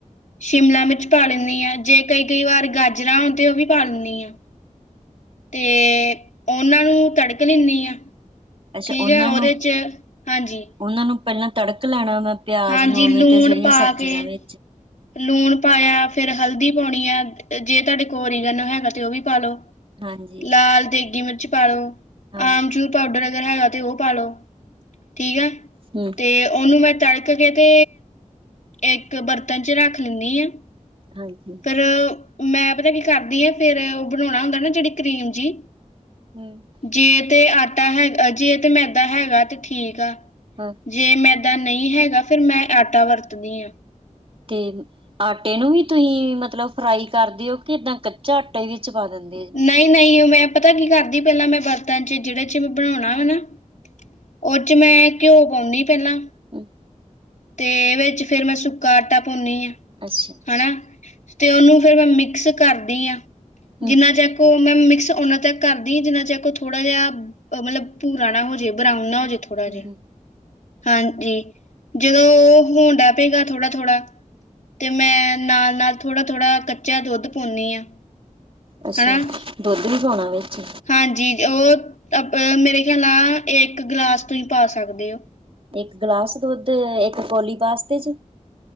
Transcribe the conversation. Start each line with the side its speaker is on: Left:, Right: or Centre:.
Left: ਸ਼ਿਮਲਾ ਮਿਰਚ ਪਾ ਲੈਂਨੀ ਆ ਜੇ ਕਈ ਕਈ ਵਾਰ ਗਾਜਰਾਂ ਤੇ ਉਹ ਵੀ ਪਾ ਲੈਂਨੀ ਆ। ਤੇ ਉਹਨਾਂ ਨੂੰ ਤੜਕ ਲੈਂਦੀ ਆ।
Right: ਅੱਛਾ
Left: ਠੀਕ
Right: ਉਹਨਾਂ
Left: ਹੈ ਉਹਦੇ
Right: ਨੂੰ
Left: ਚ, ਹਾਂਜੀ
Right: ਉਹਨਾਂ ਨੂੰ ਪਹਿਲਾਂ ਤੜਕ ਲੈਣਾ ਮੈਂ ਪਿਆਜ
Left: ਹਾਂਜੀ
Right: ਨੂੰ <unintelligible>
Left: ਲੂਣ
Right: ਜੇੜੀਆਂ
Left: ਪਾ
Right: ਸਬਜ਼ੀਆਂ
Left: ਕੇ
Right: ਨੇ।
Left: ਲੂਣ ਪਾਇਆ ਫੇਰ ਹਲਦੀ ਪਾਉਣੀ ਆ ਜੇ ਤੁਹਾਡੇ <unintelligible> ਹੈਗਾ ਤੇ ਉਹ ਵੀ ਪਾ ਲੋ।
Right: ਹਾਂਜੀ
Left: ਲਾਲ ਦੇਗੀ ਮਿਰਚ ਪਾਾਲੋ
Right: ਹਾਂਜੀ
Left: ਆਮ ਚੂਰ ਪਾਊਡਰ, ਹੈਗਾ ਤੇ ਉਹ ਪਾ ਲੋ ਠੀਕ ਹੈ
Right: ਹੂੰ
Left: ਤੇ ਉਹਨੂੰ ਮੈਂ ਤੜਕ, ਕੇ ਤੇ ਇੱਕ ਬਰਤਨ ਚ ਰੱਖ ਲੈਂਨੀ ਆ
Right: ਹਾਂਜੀ
Left: ਫੇਰ ਮੈਂ ਪਤਾ ਕੀ ਕਰਦੀ ਆ ਫੇਰ ਉਹ ਬਣਾਉਣਾ ਹੁੰਦਾ ਨਾ ਜਿਹੜੀ ਕਰੀਮ ਜੀ।
Right: ਹੂੰ
Left: ਜੇ ਤੇ ਆਟਾ ਹੈਗਾ ਜੇ ਤੇ ਮੈਦਾ ਹੈਗਾ ਤੇ ਠੀਕ ਆ।
Right: ਹਾਂ
Left: ਜੇ ਮੈਂਦਾਂ ਨਹੀਂ ਹੈਗਾ ਫੇਿਰ ਮੈਂ ਆਟਾ ਵਰਤਦੀ ਆਂ।
Right: ਤੇ ਆਟੇ ਨੂੰ ਵੀ ਤੁਸੀਂ ਮਤਲਬ ਫਰਾਈ ਕਰਦੇ ਓ ਕਿ ਏਦਾਂ ਕੱਚਾ ਆਟਾ ਵਿੱਚ ਪਾ ਦਿੰਦੇ ਆ।
Left: ਨਹੀਂ ਨਹੀਂ ਉਹ ਮੈਂ ਪਤਾ ਕੀ ਕਰਦੀ ਪਹਿਲਾਂ ਮੈਂ ਬਰਤਨ ਚ ਜਿਹੜੇ ਚ ਮੈਂ ਬਣਾਉਣਾ ਵਾ ਨਾ, ਓਹਦੇ ਚ ਮੈਂ ਘਿਓ ਪਾਉਂਨੀ ਪਹਿਲਾਂ।
Right: ਹੂੰ
Left: ਤੇ ਵਿੱਚ ਫੇਰ ਮੈਂ ਸੁੱਕਾ ਆਟਾ ਪਾੁੰਨੀ ਆਾਂ।
Right: ਅੱਛਾ
Left: ਹੈਣਾ ਤੇ ਉਹਨੂੰ ਫੇਰ ਮੈਂ ਮਿਕਸ ਕਰਦੀ ਆਾਂ।
Right: ਹੂੰ
Left: ਜਿੰਨਾ ਤੱਕ ਉਹ ਮੈਂ ਮਿਕਸ ਓਨਾ ਤੱਕ ਕਰਦੀ ਜਿੰਨਾ ਤੱਕ ਉਹ ਥੋੜਾ ਜਿਹਾ ਮਤਲਬ ਪੂਰਾ ਨਾ, ਹੋਜੇ ਬਰਾਉਨ ਨਾ ਹੋਜੇ ਥੋੜਾ
Right: ਹੂੰ
Left: ਜਾ
Right: ਹੂੰ
Left: ਹਾਂਜੀ। ਜਦੋਂ ਉਹ <unintelligible> ਪੇਗਾ ਥੋੜਾ ਥੋੜ੍ਹਾ। ਤੇ ਮੈਂ ਨਾਲ ਨਾਲ ਥੋੜਾ ਥੋੜ੍ਹਾ ਕੱਚਾ ਦੁੱਧ ਪਾਉਂਨੀ ਆ।
Right: ਅੱਛਾ
Left: ਹਨਾ
Right: ਦੁੱਧ ਵੀ ਪਾਉਣਾ ਵਿੱਚ।
Left: ਹਾਂਜੀ ਉਹ ਅਪਨਾ ਮੇਰੇ ਖਿਆਲ ਨਾਲ ਇੱਕ ਗਲਾਸ ਤੁਸੀਂ ਪਾ ਸਕਦੇ ਓ।
Right: ਇੱਕ ਗਲਾਸ ਦੁੱਧ, ਇੱਕ ਕੋੌਲੀ ਵਾਸਤੇ ਚ